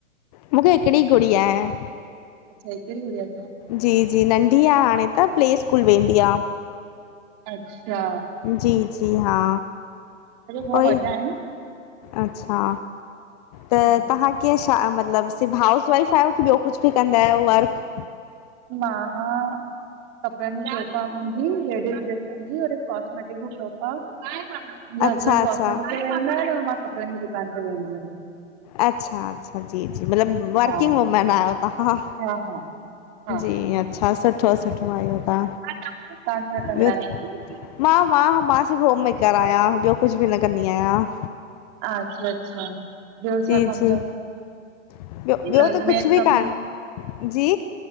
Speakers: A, on the left; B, on the right.
A: मूंखे हिकिड़ी गुड़िया आ।
B: अच्छा, हिकडीं गुडिया तव।
A: जी जी नंढी आ हाणे त, प्ले स्कूल वेंदी आ।
B: अच्छा।
A: जी जी हा।
B: वॾा
A: उई
B: आहिनि <unintelligible>
A: अच्छा
B: हा,
A: त तव्हां। कीअं छा, मतिलबु <unintelligible> हाउस वाइफ आहियो की ॿियो कुझु बि कंदा आहियो वर्क?
B: मां कपड़नि जी शोप आ मुंहिंजजी, लेडिस ड्रेसऐं जी और हिक कॉस्मेटिक जी शोप आ। मुंहिंजा
A: अच्छा
B: हसबैंड
A: अच्छा
B: कॉस्मैटिक ते वेंदा आहिनि न मां कपिड़नि जी दुकान ते वेंदी आहियां।
A: अच्छा, अच्छा जी जी मतिलबु वर्किंग
B: हा
A: वूमेन आहियो तव्हां।
B: हा हा हा,
A: जी अच्छा सठ ठ सुठो आयो तां,
B: तव्हां छा
A: बि्यो,
B: कंदा आहियो?
A: मां, मां, मां होममेकर आयां ॿियो कुझु बि न कंदी आयां।
B: आच्छा अच्छा ॿियो
A: जी
B: छा कमु
A: जी
B: तव,
A: ॿियो ॿियो
B: त
A: कुझु
B: मेन
A: बि
B: कमु?
A: कान जी